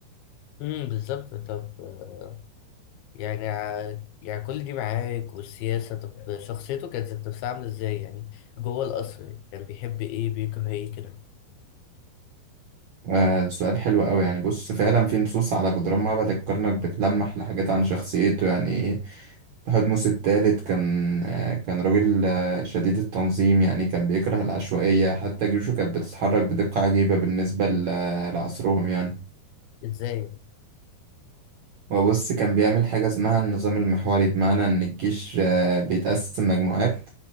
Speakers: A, on the left; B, on the right.
A: امم بالظبط طب آه، يعني ع- يعني كل دي معارك والسياسة طب شخصيته كانت ذات نفسها عاملة ازاي يعني جوه القصر كان بيحب ايه بيكره ايه كده
B: آه سؤال حلو قوي يعني بص فعلا في نصوص على جدران معبد الكرنك بتلمح لحاجات عن شخصيته يعني تحتمس الثالث كان آه كان راجل آه شديد التنظيم يعني كان بيكره العشوائية حتى جيوشه كانت بتتحرك بدقة عجيبة بالنسبة ل- لعصرهم يعني
A: ازاي يعني
B: وبص كان بيعمل حاجة اسمها النظام المحوري بمعنى إن الجيش آه بيتقسم مجموعات